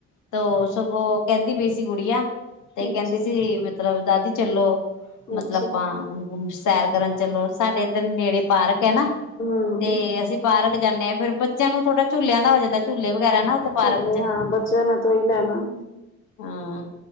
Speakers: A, on the left (about 80°); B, on the left (about 40°).
A: ਤੋ ਸਗੋਂ, ਕਹਿੰਦੀ ਪਈ ਸੀ ਗੁੜੀਆ। ਤੇ ਕਹਿੰਦੀ
B: ਅੱਛਾ
A: ਸੀ, ਮਤਲਬ ਦਾਦੀ ਚਲੋ। ਮਤਲਬ
B: ਅੱਛਾ
A: ਆਪਾਂ। ਸੈਰ ਕਰਨ ਚਲੋ। ਸਾਡੇ ਇੱਧਰ ਨੇੜੇ, ਪਾਰਕ ਹੈ ਨਾ।
B: ਹੂੰ
A: ਤੇ ਅਸੀਂ ਪਾਰਕ ਜਾਂਦੇ ਆ। ਫੇਰ ਬੱਚਿਆਂ ਨੂੰ ਥੋੜਾ, ਝੂਲਿਆਂ ਦਾ ਹੋ ਜਾਂਦਾ। ਝੂਲੇ ਵਗੈਰਾ। ਨਾ ਉੱਥੇ ਪਾਰਕ
B: ਝੁਲੇ
A: ਚ
B: ਹਾਂ। ਬੱਚਿਆਂ ਨੇ ਤਾ, ਉਹੀ ਲੈਣਾ।
A: ਹਾਂ।